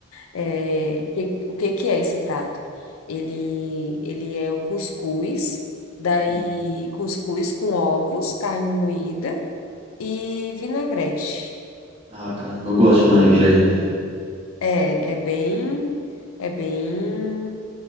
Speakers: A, on the left; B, on the right.
A: <laughs> é, o que, o que que é esse prato? Ele, ele é o cuscuz, daí
B: Sim.
A: cuscuz com ovos, carne moída e vinagrete.
B: Ah, cara, eu gosto de vinagrete.
A: É, é bem, é bem,